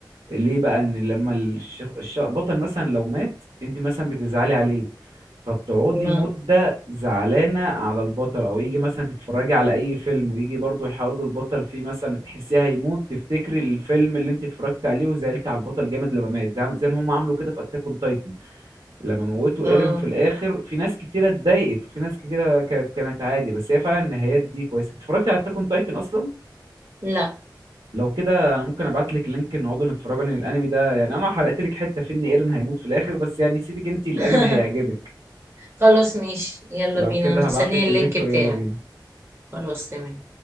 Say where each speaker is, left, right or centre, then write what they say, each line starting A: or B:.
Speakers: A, on the right; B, on the right.
A: ليه بقى ان لما الشخ... الش... بطل مثلا لو مات انت مثلا بتزعلي عليه فبتقعدي
B: ما
A: مدة زعلانة على البطل او يجي مثلا تتفرجي على اي فيلم ويجي برضو يحاولوا البطل فيه مثلا تحسيه هيموت تفتكري الفيلم اللي انت اتفرجت عليه وزعلت على البطل جامد لما مات زي زي ما هم عملوا كده في اتاك اون تايتن لما موتوا
B: اه
A: ايرين في الاخر في ناس كتيرة اتضايقت وفي ناس كتيرة كانت كانت عادي بس هي فعلا النهايات دي كويسة اتفرجت على اتاك اون تايتن اصلا
B: لا
A: لو كده انا ممكن ابعت لك لينك نقعدوا نتفرجوا لان الانمي ده يعني انا حرقت لك حته في ان ايرن هيموت في الاخر بس يعني سيبك انت الانمي
B: <laughs>
A: هيعجبك
B: خلاص ماشي يلا
A: لو
B: بينا
A: كده
B: انا مستنية
A: هبعت لك
B: اللينك
A: اللينك
B: بتاعك
A: ويلا بينا
B: خلاص تمام